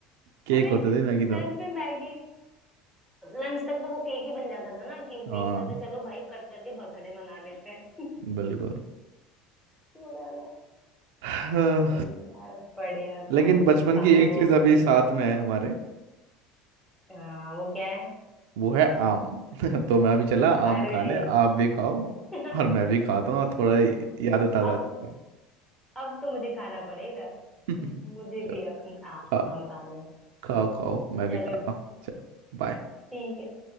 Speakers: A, on the right; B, in the centre.
A: केक
B: अगर
A: होते थे मैगी तो
B: लंच में मैगी लंच तक तो वो केक ही बन जाता था ना कि
A: हाँ
B: बीच में से चलो भाई कट करके बर्थडे मना लेते हैं
A: बिल्कुल
B: पूरा था।
A: <sighs> हाँ,
B: तो यार बढ़िया
A: लेकिन
B: था
A: बचपन
B: तब समय
A: की एक
B: वो
A: चीज
B: वाला
A: अभी साथ में है हमारे
B: हाँ वो क्या है
A: वो है आम <laughs> तो मैं अभी चला
B: अरे
A: आम खाने आप भी खाओ
B: <laughs>
A: और मैं भी खाता हूँ और थोड़ा याद ताज़ा
B: अब
A: करते हैं
B: अब तो मुझे खाना पड़ेगा
A: <laughs>
B: मुझे
A: चलो
B: भी अब
A: खाओ
B: आम खाने हैं
A: खाओ खाओ मैं भी
B: चलो
A: खाता हूँ चलो बाय
B: ठीक है